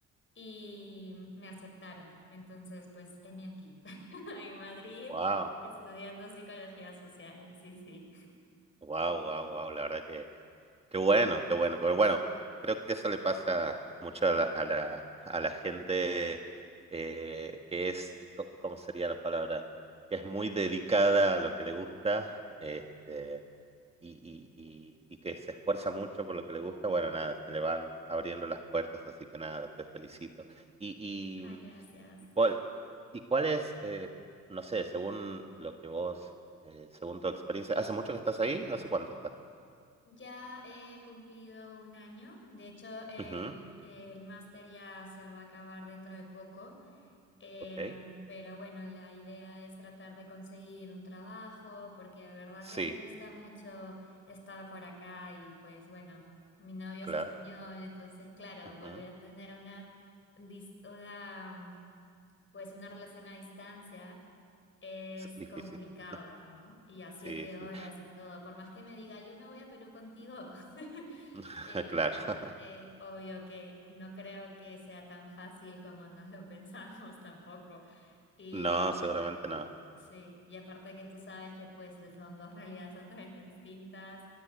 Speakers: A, on the left; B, on the right.
A: y me aceptaron. Entonces, pues, heme aquí, <laughs> en Madrid,
B: Wow,
A: estudiando psicología social. Sí, sí.
B: wow, wow, wow. La verdad que Qué bueno, qué bueno. qué Bueno, Bueno, creo que eso le pasa mucho a la, a la, a la gente eh, que es, co- ¿cómo sería la palabra? Que es muy dedicada a lo que le gusta este, y, y, y, y que se esfuerza mucho por lo que le gusta. Bueno, nada, se le van abriendo las puertas, así que nada, te felicito. Y, y,
A: Ay, gracias.
B: ¿Y cuál, y cuál es, eh, no sé, según lo que vos, eh, según tu experiencia, ¿hace mucho que estás ahí? ¿Hace cuánto estás?
A: Ya he cumplido un año. De hecho, el,
B: Ujú,
A: el máster ya se va a acabar dentro de poco. Eh,
B: ok.
A: pero bueno, la idea es tratar de conseguir un trabajo, porque de verdad que
B: Sí,
A: me gusta mucho estar por acá y pues bueno, mi novio
B: claro.
A: es español, entonces claro,
B: Ujú.
A: volver a tener una, dis- una, mm, pues una relación a distancia es
B: Es difícil.
A: complicado,
B: <laughs>
A: ¿no? Y a siete
B: Sí,
A: horas
B: sí.
A: y todo, por más que me diga, yo me voy a Perú contigo, <laughs>
B: <laughs>
A: eh,
B: Claro.
A: eh,
B: <laughs>
A: obvio que no creo que sea tan fácil como nos lo <laughs> pensamos tampoco. Y
B: No, seguramente no.
A: sí, y aparte que tú sabes que pues son dos realidades totalmente distintas,